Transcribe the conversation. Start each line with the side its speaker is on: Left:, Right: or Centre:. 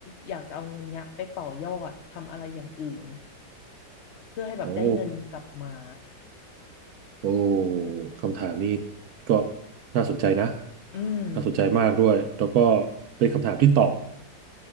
Left: อยากจะเอาเงินเนี้ยไปต่อยอดทำอะไรอย่างอื่นเพื่อให้แบบได้เงินกลับมา
Right: โอ้โอ้คำถามนี้ก็น่าสนใจนะ
Left: อืม
Right: น่าสนใจมากด้วยแล้วก็เป็นคำถามที่ตอบ